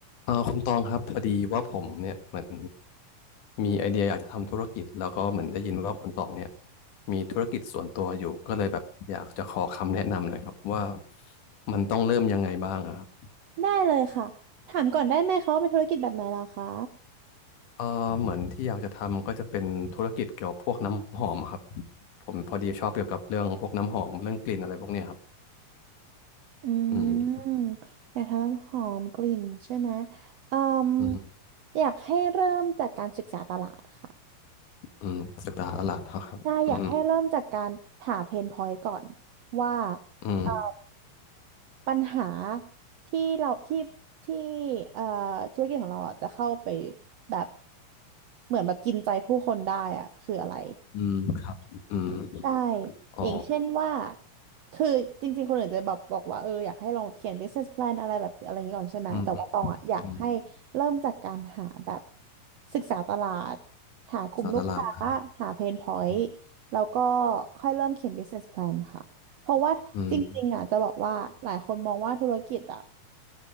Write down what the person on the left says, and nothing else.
เออคุณตองครับพอดีว่าผมเนี่ยเหมือนมีไอเดียอยากจะทำธุรกิจแล้วก็เหมือนได้ยินว่าคุณตองเนี่ยมีธุรกิจส่วนตัวอยู่ก็เลยแบบอยากจะขอคำแนะนำหน่อยครับว่ามันต้องเริ่มยังไงบ้างอะครับ
เออเหมือนที่อยากจะทำก็จะเป็นธุรกิจเกี่ยวกับพวกน้ำหอมครับผมพอดีชอบเกี่ยวกับเรื่องพวกน้ำหอมเรื่องกลิ่นอะไรพวกเนี้ยครับ
อืม
อืม
อืมศึกษาตลาดเขาครับอืม
อืม
อืมครับอืม
อ๋อ
อืมอืม
อืม
ศึกษาตลาดฮะ
อืม
อืม